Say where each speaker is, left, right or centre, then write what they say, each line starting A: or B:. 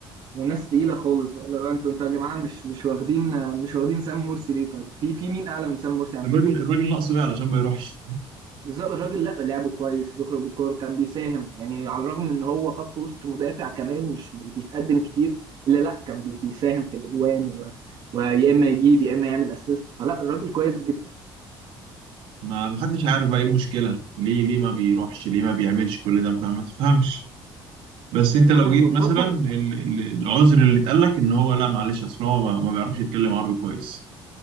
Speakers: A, on the right (about 50°); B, on the right (about 75°).
A: وناس تقيله خالص بقى لو انتوا انتوا يا جماعه مش مش واخدين آه، مش واخدين سام مرسي ليه طيب في في مين اعلى من سام مرسي عندكم
B: الراجل الراجل ناقصه ايه علشان ما يروحش
A: بالظبط الراجل لا لعبه كويس وبيخرج بالكوره كان بيساهم يعني على الرغم ان هو خط وسط مدافع كمان مش مش بيتقدم كتير الا لا كان بي- بيساهم في الاجوان و- ويا اما يجيب يا اما يعمل اسيست فلا الراجل كويس جدا
B: ما محدش عارف بقى ايه المشكلة ليه ليه ما بيروحش ليه ما بيعملش كل ده فما تفهمش بس انت لو
A: والله يا
B: جيت
A: حظوظ
B: مثلا
A: برضه
B: ال- ال- العذر اللي اتقال لك ان هو لا معلش اصل هو ما ما بيعرفش يتكلم عربي كويس